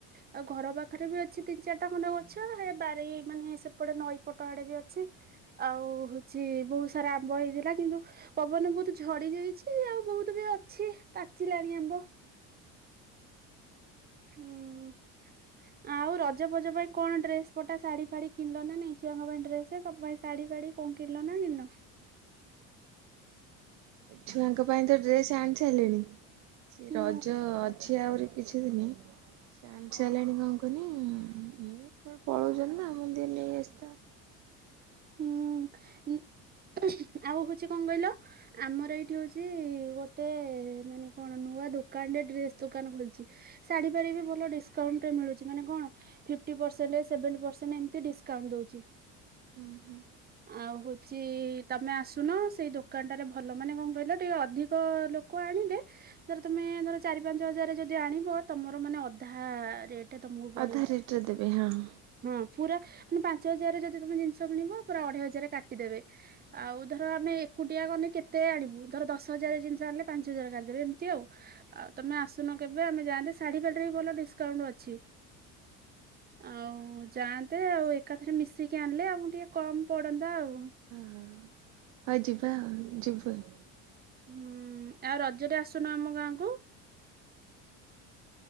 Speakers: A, on the right; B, on the right.
A: ଆଉ ଘର ପାଖରେ ବି ଅଛି ତିନି ଚାରିଟା ଖଣ୍ଡେ ଗଛ ଏ ବାରି ମାନେ ସେପଟେ ନଈ ପଟ ଆଡେ ବି ଅଛି ଆଉ ହଉଛି ବହୁତ ସାରା ଆମ୍ବ ହେଇଥିଲା। କିନ୍ତୁ ପବନରେ ବହୁତ୍ ଝଡି ଯାଇଛି ଆଉ ବହୁତ ବି ଅଛି ପାଚିଲାଣି ଆମ୍ବ। ହୁଁ ଆଉ ରଜ ଫଜ ପାଇଁ କଣ ଡ୍ରେସ ପଟା ଶାଢୀ ଫାଢୀ କିଣିଲ ନା ନାଇଁ? ଝିଅଙ୍କ ପାଇଁ ଡ୍ରେସ ତମ ପାଇଁ ଶାଢୀ ଫାଢୀ କଣ କିଣିଲ ନା କିଣିନ?
B: ଛୁଆଙ୍କ ପାଇଁ ତ ଡ୍ରେସ ଆଣି ସାଇଲିନି। ସେ
A: ହୁଁ
B: ରଜ ଅ ଅଛି ଆହୁରି କିଛି ଦିନି। ସେ ଆଣି ସାରିଲେନି କଣ କୁହନି ଏ କୁଆଡେ ପଳଉଚନ୍ତି ନା ମୁନ୍ଦିଏ ନେଇ ଆସି ଥାଅ।
A: ହୁଁ ଊ-ଆଉ ହଉଛି କଣ କହିଲ ଆମର ଏଇଠି ହଉଛି ଗୋଟେଏ ମାନେ କଣ ନୂଆ ଦୋକାନ ଟେ ଡ୍ରେସ ଦୋକାନ ଖୋଲିଛି। ଶାଢ଼ୀ ଫାଡ଼ି ବି ଭଲ ଡିସକାଉଣ୍ଟ ରେ ମିଳୁଛି ମାନେ କଣ ଫିଫ୍ଟୀ ପର୍ସେଣ୍ଟ, ସେଭେଣ୍ଟୀ ପର୍ସେଣ୍ଟ ଏମତି ଡିସକାଉଣ୍ଟ ଦଉଚି।
B: ହଁ ହଁ
A: ଆହୁତ୍ ଚି-ଇଇ ତମେ ଆସୁନ ସେଇ ଦୋକାନଟାରେ ଭଲ। ମାନେ କଣ କହିଲ ଟିକେ ଅଧିକ ଲୋକ ଆଣିଲେ ଧର ତମେ ଧର ଚାରି ପାଞ୍ଚ ହଜାରରେ ଯଦି ଆଣିବ ତମର ମାନେ ଅଧାଆ ରେଟ୍ ଏଟା ତମକୁ ପଡିବ
B: ଅଧା ରେଟରେ ଦେବେ ହଁ ହଁ
A: ହୁଁ। ପୁରା ମାନେ ପାଞ୍ଚ ହଜାରରେ ଯଦି ତମେ ଜିନିଷ <unintelligible> ପୁରା ଅଢେଇ ହଜାର କାଟିଦେବେ। ଆଉ ଧର ଆମେ ଏକୁଟିଆ ଗନେ କେତେ ଆଣିବୁ। ଧର ଦଶ ହଜାର ଜିନିଷ ଆଣିଲେ ପାଞ୍ଚ ହଜାର କାଟି ଦେବେ। ଏମତି ଆଉ। ଆଉ ତମେ ଆସୁନ କେବେ ଆମେ ଯାଆନ୍ତେ ଶାଢୀ ଫାଡ଼ି ରେ ବି ଭଲ ଡିସକାଉଣ୍ଟ ଅଛି। ଆଉ ଯାଆନ୍ତେ ଆଉ ଏକାଥରେ ମିଶିକି ଆଣିଲେ ଆଉ ଟିକେ କମ୍ ପଡନ୍ତା ଆଉ।
B: ହଁ। ହଉ ଯିବା ଆଉ ଯିବୁ ଆଉ।
A: ହୁଁ ଆଉ ରଜରେ ଆସୁନ ଆମ ଗାଁକୁ?